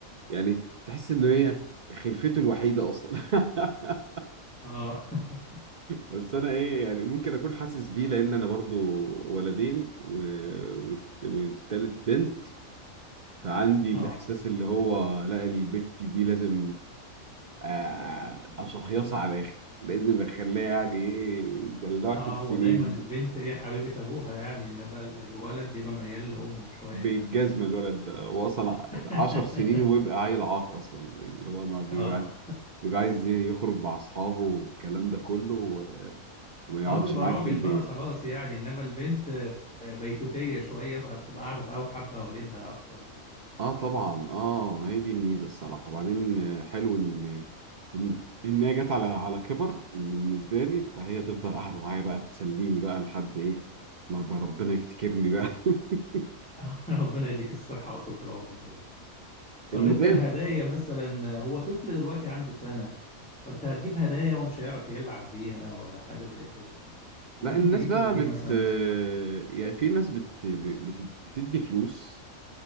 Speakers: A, on the right; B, in the centre.
A: يعني تحس ان هي خلفته الوحيده اصلا <laughs>
B: اه <laughs>
A: بس انا ايه يعني ممكن اكون حاسس بيه لان انا برضو ولدين و... والت- والتالت بنت فعندي
B: اه
A: الاحساس اللي هو لا البت دي لازم آه، اشهيصها على الاخر لازم اخليها يعني ايه دلعت
B: اه
A: سنين
B: هو دايما البنت هي حبيبة ابوها يعني انما الولد بيبقى ميال لامه شوية
A: بالجزمة
B: الاول
A: الولد ده هو أصلا
B: <laughs>
A: عشر سنين وبيبقى عيل عاق أصلا يعني اللي هو ما بيبقاش
B: اه
A: بيبقى عايز يخرج مع أصحابه والكلام ده كله و- وما يقعدش
B: اه بيبقى
A: معاك
B: راجل
A: في البيت
B: بقى خلاص يعني انما البنت آه، بيتوتية شوية فبتبقى قاعدة بقى وحابة والدها اكتر وكده
A: اه طبعا اه ما هي دي الميزه الصراحه وبعدين آه، حلو ان ان ان هي جت على على كبر بالنسبه لي فهي تفضل قاعده معايا بقى تسليني بقى لحد ايه ما رب- ربنا يفتكرني بقى <laughs>
B: <laughs> ربنا يديك الصحة وطولة العمر يا حبيبي طب
A: المهم
B: انت الهدايا مثلا هو طفل دلوقتي عنده سنة فانت هتجيب هدايا ومش هيعرف يلعب بيها ولا حاجة زي كده
A: لا
B: فممكن
A: الناس
B: تجيب
A: بقى
B: له ايه
A: بت
B: مثلا
A: آه،
B: يستفاد بيه
A: يعني في ناس بت... بت... بتدي فلوس